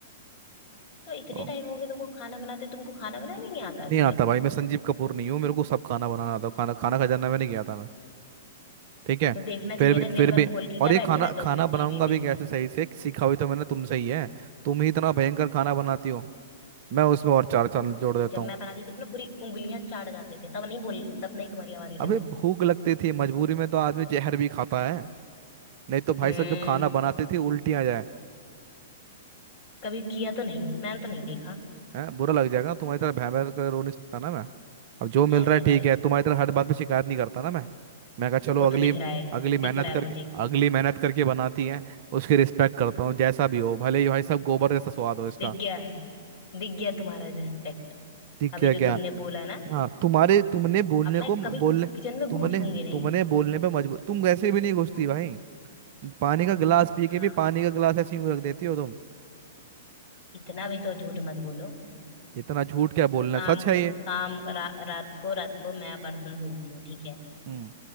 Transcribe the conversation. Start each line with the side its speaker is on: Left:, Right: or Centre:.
Left: तो इतने
Right: ओ,
Left: टाइम हो गए तुमको खाना बनाते तुमको खाना बनाने नहीं आता अभी
Right: नहीं आता
Left: तक
Right: भाई मैं संजीव कपूर नहीं हूँ मेरे को सब खाना बनाना आता है। खाना खाना खजाना में नहीं गया था मैं ठीक है
Left: तो देखना
Right: फिर
Left: चाहिए
Right: भी
Left: ना दिन
Right: फिर
Left: भर
Right: भी
Left: खोल के क्या
Right: और ये
Left: बैठे
Right: खाना
Left: रहते
Right: खाना
Left: हो फिर
Right: बनाऊंगा
Left: टीवी
Right: भी कैसे सही से सीखा हुई तो मैंने तुमसे ही है तुम ही इतना भयंकर खाना बनाती हो मैं उसमें और
Left: में
Right: चार चांद जोड़ देता
Left: जब मैं
Right: हूँ
Left: बनाती थी तो ना पूरी उंगलियां चाट जाते थे तब नहीं बोल तब नहीं तुम्हारी आवाज निकलती
Right: अबे
Left: थी
Right: भूख लगती थी मजबूरी में तो आदमी जहर भी खाता है नहीं तो भाई
Left: हम्म
Right: साहब जो खाना बनाते थे उल्टी आ जाए
Left: कभी किया तो नहीं मैंने तो नहीं देखा
Right: हैं बुरा लग जाएगा तुम्हारी तरह भैं भैं कर रो नहीं सकता ना मैं अब जो मिल
Left: है
Right: रहा
Left: वह
Right: है ठीक
Left: कर
Right: है तुम्हारी तरह हर बात पे शिकायत नहीं करता ना मैं मैं कहा चलो
Left: वो
Right: अगली
Left: तो दिख रहा है
Right: अगली मेहनत
Left: दिख रहा
Right: करके
Left: है मुझे
Right: अगली मेहनत करके बनाती है उसकी रिस्पेक्ट
Left: मेहनत
Right: करता हूँ
Left: कर
Right: जैसा भी हो भले ही भाई साहब गोबर जैसा स्वाद हो इसका
Left: दिख गया दिख गया तुम्हारा रिस्पेक्ट
Right: ठीक
Left: अभी
Right: है
Left: जो
Right: क्या
Left: तुमने बोला ना
Right: हाँ तुम्हारे तुमने बोलने
Left: अब मैं
Right: को बोलने
Left: कभी किचन में
Right: तुमने
Left: घुसूंगी नहीं
Right: तुमने बोलने पे मजबूर तुम वैसे भी नहीं घुसती भाई पानी का गिलास पी के
Left: हाँ
Right: भी पानी का गिलास ऐसे ही यूं रख देती हो तुम
Left: इतना भी तो झूठ मत बोलो
Right: इतना झूठ क्या बोलना
Left: शाम
Right: है सच है
Left: को
Right: ये
Left: शाम रा, रात को रात को मैं बर्तन धुलती हूँ ठीक है
Right: हम्म